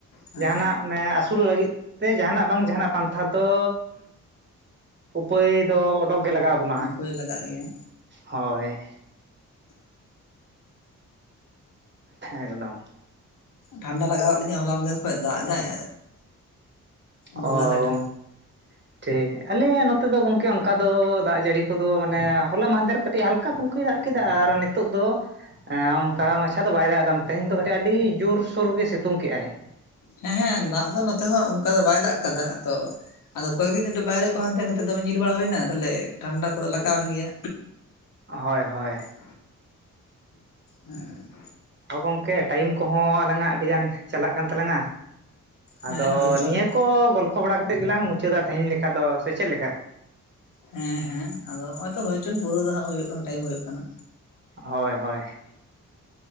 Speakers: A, on the left (about 75°); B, on the right (about 35°).
A: ᱦᱮᱸ
B: ᱡᱟᱦᱟᱱᱟᱜ ᱢᱟᱱᱮ ᱟᱹᱥᱩᱞᱚᱜ ᱞᱟᱹᱜᱤᱫ ᱛᱮ ᱡᱟᱦᱟᱱᱟᱜ ᱵᱟᱝ ᱡᱟᱦᱟᱱᱟᱜ᱾ ᱯᱟᱱᱛᱷᱟ ᱫᱚ ᱩᱯᱟᱹᱭ ᱫᱚ ᱚᱰᱚᱠ ᱜᱮ ᱞᱟᱜᱟᱣ ᱵᱚᱱᱟ᱾
A: ᱦᱩᱭᱳᱭ ᱞᱟᱜᱟᱜ ᱜᱮᱭᱟ᱾
B: ᱦᱳᱭ ᱮᱠᱫᱚᱢ
A: ᱴᱷᱟᱱᱰᱟ ᱞᱟᱜᱟᱣᱫ ᱞᱤᱧᱟ ᱦᱚᱞᱟ ᱢᱫᱮᱨ ᱠᱷᱚᱱ ᱫᱟᱜ ᱮᱫᱟᱭ᱾ ᱜᱚᱞᱟᱨᱮ
B: ᱚ
A: ᱮᱴᱮᱫ
B: ᱜᱚᱝᱠᱮ ᱴᱷᱤᱠ ᱟᱞᱮ ᱱᱚᱛᱮ ᱫᱚ ᱜᱚᱝᱠᱮ ᱚᱱᱠᱟ ᱫᱚ ᱫᱟᱜ ᱡᱟᱹᱲᱤ ᱠᱚᱫᱚ ᱢᱟᱱᱮ ᱦᱚᱞᱟ ᱢᱟᱦᱫᱮᱨ ᱠᱟᱹᱴᱤᱡ ᱦᱟᱞᱠᱟ ᱦᱟᱞᱠᱟ ᱯᱷᱩᱞᱠᱟᱭ ᱫᱟᱜ ᱠᱮᱫᱟ ᱟᱨ ᱱᱤᱛᱚᱜ ᱫᱚ ᱚᱱᱠᱟ ᱢᱟᱪᱷᱟ ᱫᱚ ᱵᱟᱭ ᱫᱟᱜ ᱱᱚᱛᱮ, ᱛᱮᱦᱮᱧ ᱫᱚ ᱠᱟᱹᱴᱤᱡ ᱟᱹᱰᱤ ᱡᱳᱨᱥᱳᱨ ᱜᱮ ᱥᱤᱛᱩᱝ ᱠᱮᱜᱼᱟᱭ
A: ᱦᱮᱸ ᱦᱮᱸ ᱫᱟᱜ ᱫᱚ ᱱᱚᱛᱮ ᱦᱚᱸ ᱚᱱᱠᱟ ᱫᱚ ᱵᱟᱭ ᱫᱟᱜ ᱟᱠᱟᱫᱟ ᱛᱚ ᱟᱫᱚ ᱠᱚᱭᱮᱠ ᱫᱤᱱ ᱮᱠᱴᱩ ᱵᱟᱭᱨᱮ ᱠᱚ ᱦᱟᱱ ᱛᱟᱦᱮᱸᱱᱟ ᱱᱤᱛᱚᱜ ᱫᱚᱢᱮ ᱧᱤᱨ ᱵᱟᱲᱟ ᱦᱩᱭᱱᱟ ᱛᱟᱦᱚᱞᱮ ᱴᱷᱟᱱᱰᱟ ᱠᱚᱫᱚ ᱞᱟᱜᱟᱣ ᱮᱱ ᱜᱮᱭᱟ
B: ᱦᱳᱭ ᱦᱳᱭ
A: <inaudible> ᱦᱩᱸ
B: ᱛᱚ ᱜᱚᱝᱠᱮ ᱴᱟᱭᱤᱢ ᱠᱚᱦᱚᱸ ᱟᱞᱟᱝᱟᱜ ᱟᱹᱰᱤ ᱜᱟᱱ ᱪᱟᱞᱟᱜ ᱠᱟᱱ ᱛᱟᱞᱟᱝᱟ
A: ᱦᱮᱸ
B: ᱟᱫᱚ
A: ᱦᱳᱭ ᱪᱚᱝ
B: ᱱᱤᱭᱟᱹ ᱠᱚ ᱜᱚᱞᱯᱷᱚ ᱵᱟᱲᱟ ᱠᱟᱛᱮᱫ ᱜᱮᱞᱟᱝ ᱢᱩᱪᱟᱹᱫᱟ ᱛᱮᱦᱮᱧ ᱞᱮᱠᱟ ᱫᱚ ᱥᱮ ᱪᱮᱫ ᱞᱮᱠᱟ
A: ᱦᱮᱸ ᱦᱮᱸ ᱟᱫᱚ ᱱᱚᱜ-ᱚᱭ ᱛᱚ ᱦᱳᱭᱪᱚᱝ ᱯᱩᱨᱟᱹ ᱫᱚ ᱦᱟᱸᱜ ᱦᱩᱭᱩᱜ ᱠᱟᱱᱟ ᱴᱟᱭᱤᱢ ᱦᱩᱭᱩᱜ ᱠᱟᱱᱟ
B: ᱦᱳᱭ ᱦᱳᱭ